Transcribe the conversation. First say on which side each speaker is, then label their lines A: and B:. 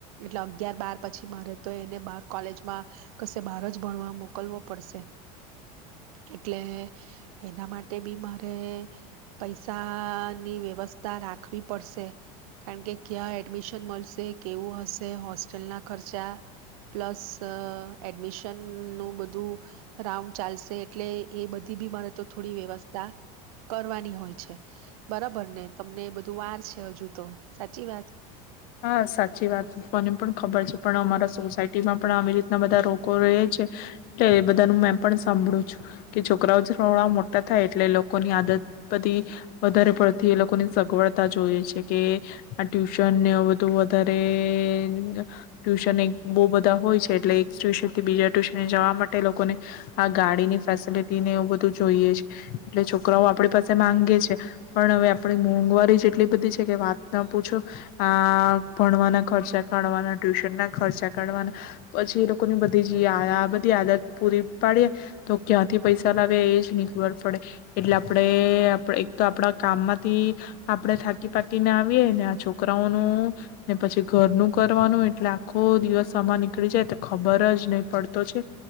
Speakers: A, on the right (about 80°); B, on the left (about 55°).
A: એટલે અગ્યાર બાર પછી મારે તો એને બાર કોલેજમાં કશે બાર જ ભણવા મોકલવો પડશે એટલે એના માટે ભી મારે પૈસાની વ્યવસ્ થા રાખવી પડશે. કારણ કે ક્યાં એડમિશન મળશે? કેવું હશે? હોસ્ટેલના ખર્ચા પ્લસ એડમિ શન નું બધું રાઉન્ડ ચાલશે એટલે એ બધી ભી મારે તો થોડી વ્યવસ્થા કરવાની હોય છે. બરાબર ને તમને બધું વાર છે હજુ તો સાચી વાત.
B: હા, સાચી વાત મને પણ ખબર છે પણ અમારા સોસાયટીમાં પણ આવી રીતના બધા લોગો રહે છે એટલે એ બધાનું મેં પણ સાંભળું છું કે છોકરાઓ થોડા મોટા થાય એટલે એ લોકોની આદત બધી વધારે પડતી એ લોકોની સગવડતા જોઈએ છે કે આ ટ્યુશનને વધુ વધારે ટ્યુશન એક બહુ બધા હોય છે એટલે એક ટ્યુશનથી બીજા ટ્યુશન જવા માટે લોકોને આ ગાડીની ફેસિલટીને એ બધું જોઈએ છે એટલે છોકરાઓ આપણી પાસે માંગે છે પણ હવે આપણી મોંઘવારી જ એટલી બધી છે કે વાત ના પૂછો આ ભણવાના ખર્ચા કાઢવાના ટ્યુશન ના ખર્ચા કાઢવાના, પછી એ લોકોની બધી જ આ બધી આદત પૂરી પાડીએ, તો ક્યાંથી પૈસા લાવીએ એ જ ની ખબર પડે, એટલે આપણે એક તો આપણા કામમાંથી, આપણે થાકી પાકીને આવીએ ને આ છોકરા છોકરાઓનું, ને પછી ઘરનું કરવાનું એટલે આખો દિવસ આમાં નીકળી જાય તો ખબર જ નહી પડતો છે,